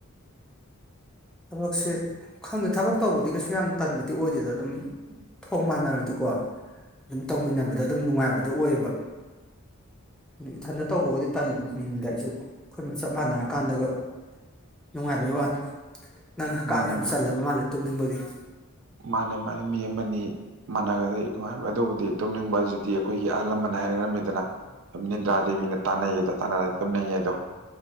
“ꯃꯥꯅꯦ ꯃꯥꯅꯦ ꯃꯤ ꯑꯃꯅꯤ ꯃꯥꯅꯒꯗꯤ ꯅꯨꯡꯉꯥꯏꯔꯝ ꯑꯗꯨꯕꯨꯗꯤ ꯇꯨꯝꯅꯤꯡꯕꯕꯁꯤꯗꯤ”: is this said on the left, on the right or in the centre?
Right